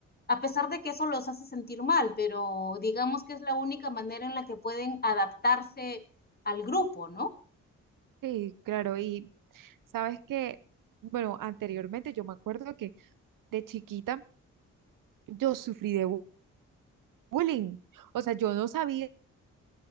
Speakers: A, on the left; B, on the right.
A: a pesar de que eso los hace sentir mal, pero digamos que es la única manera en la que pueden adaptarse al grupo, ¿no?
B: Sí, claro, y sabes que, bueno, anteriormente yo me acuerdo que de chiquita, yo sufrí de bu- bullying. O sea, yo no sabía